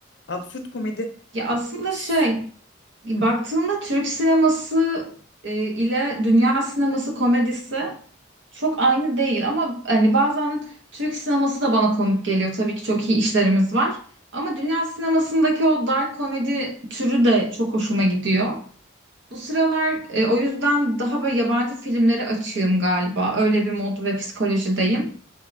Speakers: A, on the left (about 60°); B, on the right (about 65°).
A: Absürt komedi.
B: Ya aslında
A: S-
B: şey baktığında
A: Hı.
B: Türk sineması e, ile dünya sineması komedisi çok aynı değil ama hani bazen Türk sineması da bana komik geliyor. Tabii ki çok iyi işlerimiz var. Ama dünya sinemasındaki o dark komedi türü de çok hoşuma gidiyor. Bu sıralar e, o yüzden daha böyle yabancı filmleri açığım galiba. Öyle bir mod ve psikolojideyim.